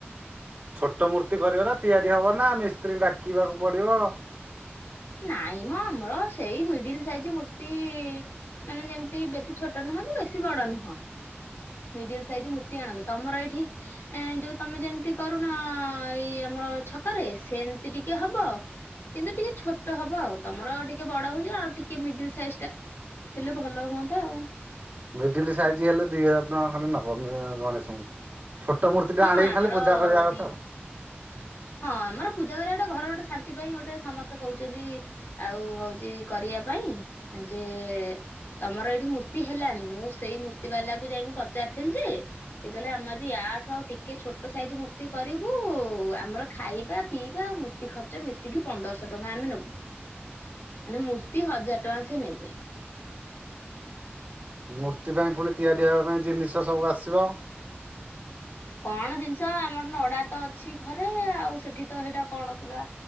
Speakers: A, on the right (about 35°); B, on the left (about 60°).
A: ଛୋଟ ମୂର୍ତ୍ତି କରିବାର ତିଆରି ହବ ନା ମିସ୍ତ୍ରୀ ଡାକିବାକୁ ପଡ଼ିବ?
B: ନାଇଁ ମ ଆମର ସେଇ ମିଡିଲ ସାଇଜ ମୂର୍ତ୍ତି ମାନେ ଯେମିତି ବେଶୀ ଛୋଟ ନ କି ବେଶୀ ବଡ଼ ନୁହଁ। ମିଡିଲ ସାଇଜ ମୂର୍ତ୍ତି ଆଣନ୍ତି ତମର ଏଇଠି ଏ ଯୋଉ ତମେ ଯେମିତି କରୁନ ଏଇ ଆମର ଛକ ରେ ସେ ଏମିତି ଟିକେ ହବ କିନ୍ତୁ ଟିକେ ଛୋଟ ହବ ଆଉ ତମର ଟିକେ ବଡ଼ ହଉଛି, ଆଉ ଟିକେ ମିଡିଲ ସାଇଜ ଟା ହେଲେ ଭଲ ହୁଅନ୍ତା ଆଉ।
A: ମିଡିଲ ସାଇଜ ହେଲେ ଦି ହଜାର ଟଙ୍କା ଖଣ୍ଡେ ନବ ଗଣେଶ ମୂର୍ତ୍ତି। ଛୋଟ ମୂର୍ତ୍ତି ଟା
B: ହଁ
A: ଆଣିକି
B: ଆମର
A: ଖାଲି ପୂଜା କରିବା କଥା
B: ଦି
A: ଆଉ।
B: ହଁ ଆମର ପୂଜା କରିବା ଗଟେ ଘର ଗୋଟେ ଶାନ୍ତି ପାଇଁ, ଗୋଟେ ସମସ୍ତେ କହୁଛନ୍ତି, ଆଉ ହଉଛି କରିବା ପାଇଁ ଯେ ତମର ଏଇଠି ମୂର୍ତ୍ତି ହେଲାଣି। ମୁଁ ସେଇ ମୂର୍ତ୍ତି ବାଲାକୁ ଯାଇକି ପଚାରିଥିଲି ଯେ ସେ କହିଲେ ଆମେ ଆଜି ୟାଠୁ ଆଉ ଟିକେ ଛୋଟ ସାଇଜ ମୂର୍ତ୍ତି କରିବୁ ଆମର ଖାଇବା ପିଇବା ଆଉ ମୂର୍ତ୍ତି ଖର୍ଚ୍ଚ ମିଶିକି ପନ୍ଦରଶହ ଟଙ୍କା ଆମେ ନବୁ ମାନେ ମୂର୍ତ୍ତି ହଜାର ଟଙ୍କା ସେ ନେବେ।
A: ମୂର୍ତ୍ତି ପାଇଁ ପୁଣି ତିଆରି ହେବା ପାଇଁ ଜିନିଷ ସବୁ ଆସିବ।
B: କଣ ଜିନିଷ ଆମର ନଡ଼ା ତ ଅଛି ଘରେ ଆଉ ସେଠି ତ ସେଇଟା କଣ ସେଟା